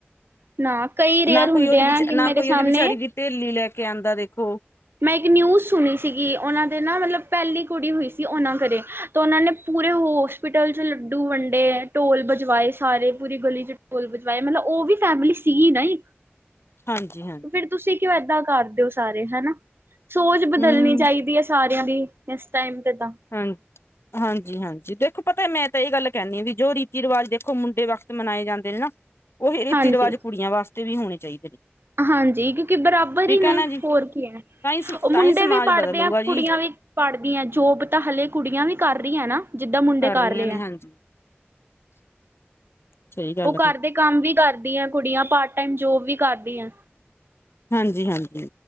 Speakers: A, on the right; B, on the left.
A: ਨਾ ਕਈ ਰੇਅਰ
B: ਨਾ
A: ਹੁੰਦੇ
B: ਕੋਈ ਓਦੀ
A: ਆ
B: ਵਿਚ
A: ਕਿ
B: ਨਾ
A: ਮੇਰੇ
B: ਕੋਈ
A: ਸਾਹਮਣੇ
B: ਓਦੀ ਵਿਚਾਰੀ ਦੀ ਡੇਲੀ ਲੈ ਕੇ ਆਂਦਾ ਦੇਖੋ
A: ਮੈਂ ਇੱਕ ਨਿਊਜ਼ ਸੁਣੀ ਸੀਗੀ ਓਨਾਂ ਦੇ ਨਾ ਮਤਲਬ ਪੈਲੀ ਕੁੜੀ ਹੋਈ ਸੀ ਓਨਾਂ ਘਰੇ ਤਾਂ ਓਨਾਂ ਨੇ ਪੂਰੇ ਹੋਸਪਿਟਲ ਚ ਲੱਡੂ ਵੰਡੇ ਢੋਲ ਵ ਜਵਾਏ ਸਾਰੇ ਪੂਰੀ ਗਲੀ ਚ ਢੋਲ ਬਜਵਾਏ ਮਤਲਬ ਓ ਵੀ ਫੈਮਿਲੀ ਸੀ ਨਾਈ।
B: ਹਾਂਜੀ ਹਾਂਜੀ
A: ਫਿਰ ਤੁਸੀਂ ਕਿਉਂ ਏਦਾਂ ਕਰਦੇ ਓ ਸਾਰੇ ਹੈਨਾ। ਸੋਚ ਬਦਲਣੀ
B: ਹਮ
A: ਚਾਈਦੀ ਐ ਸਾਰਿਆਂ ਦੀ ਇਸ ਟਾਈਮ ਤੇ ਤਾਂ।
B: ਹਾਂ ਹਾਂਜੀ-ਹਾਂਜੀ ਦੇਖੋ ਪਤਾ ਮੈਂ ਤਾਂ ਏ ਗੱਲ ਕੈਨੀ ਆ ਵੀ ਜੋ ਰੀਤੀ ਰਿਵਾਜ਼ ਦੇਖੋ ਮੁੰਡੇ ਵਕਤ ਮਨਾਏ ਜਾਂਦੇ ਨੇ ਨਾ ਓਹੀ ਰੀਤੀ-ਰਿਵਾਜ਼
A: ਹਾਂਜੀ
B: ਕੁੜੀਆਂ ਵਾਸਤੇ ਵੀ ਹੋਣੇ ਚਾਈਦੇ ਨੇ।
A: ਹਾਂਜੀ ਕਿਉਂਕੀ ਬਰਾਬਰ
B: ਠੀਕ
A: ਈ ਨੇ
B: ਹੈ ਨਾ ਜੀ
A: ਹੋਰ ਕੀਐ।
B: ਤਾਂ ਹੀ
A: ਓ
B: ਤਾਂ
A: ਮੁੰਡੇ
B: ਹੀ ਸਮਾਜ
A: ਵੀ ਪੜ੍ਹਦੇ
B: ਬਦਲੂਗਾ
A: ਆ ਕੁੜੀਆਂ
B: ਜੀ
A: ਵੀ ਪੜ੍ਹਦੀਆਂ ਜੋਬ ਤਾਂ ਹਲੇੇ ਕੁੜੀਆਂ ਵੀ ਕਰ ਰਈਆਂ ਨਾ। ਜਿੱਦਾਂ ਮੁੰਡੇ ਕਰ
B: ਰਹੀਆਂ
A: ਰਿਐ।
B: ਨੇ ਹਾਂਜੀ ਸਹੀ ਗੱਲ
A: ਓ
B: ਹੈ
A: ਘਰਦੇ
B: ਤੁਹਾਡੀ
A: ਕੰਮ ਵੀ ਕਰਦੀਆਂ ਕੁੜੀਆਂ ਪਾਰਟ ਟੈਮ ਜੋਬ ਵੀ ਕਰਦੀਆਂ।
B: ਹਾਂਜੀ-ਹਾਂਜੀ